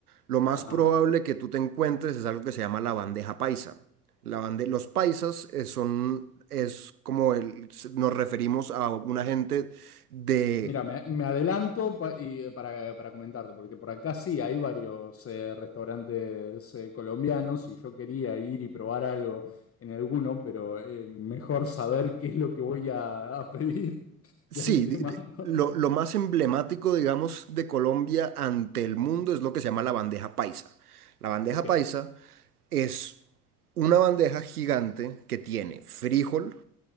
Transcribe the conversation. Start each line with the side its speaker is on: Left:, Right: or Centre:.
Right: lo más
Left: Ajá.
Right: probable que tú te encuentres es algo que se llama la bandeja paisa. La bande- los paisas eh, son, es como el, s- nos referimos a una gente de,
Left: Mira, me, me adelanto pa- y, eh, para, para comentarte, porque por acá sí hay varios eh, restaurantes eh, colombianos y yo quería ir y probar algo en alguno, pero eh, mejor saber qué es lo que voy a, a pedir <laughs>
Right: sí,
Left: de antemano.
Right: de- de- lo, lo más emblemático, digamos, de Colombia ante el mundo es lo que se llama la bandeja paisa. La bandeja
Left: Ok,
Right: paisa es una bandeja gigante que tiene frijol,